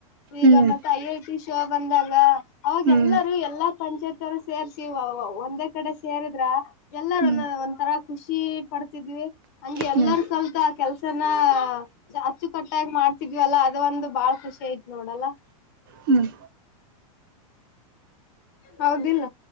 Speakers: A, on the right; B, on the left.
A: ಹ್ಮ್
B: ಈಗ ಮತ್ತೆ ಐ ಐ ಟಿ ಶೋ ಬಂದಾಗ ಅವಾಗ
A: ಹ್ಮ್
B: ಎಲ್ಲರೂ ಎಲ್ಲಾ ಪಂಚಾಯತ್ರು ಸೇರ್ತಿವ ಒಂದೇ ಕಡೆ ಸೇರಿದ್ರ ಎಲ್ಲಾರ
A: ಹ್ಮ್
B: ಒ ಒಂ ತರ ಖುಷಿ ಪಡ್ತಿದ್ವಿ ಹಂಗೆ ಎಲ್ಲರ
A: ಹ್ಮ್
B: ಕಲ್ತ ಆ ಕೆಲ್ಸನ ಹಚ್ಚ ಕಟ್ಟಾಗಿ ಮಾಡ್ತಿದ್ವಲ್ಲಾ ಅದು ಒಂದು ಬಾಳ ಖುಷಿ ಐತ್ ನೋಡಲ್ಲ
A: ಹ್ಮ್
B: ಹೌದಿಲ್ಲ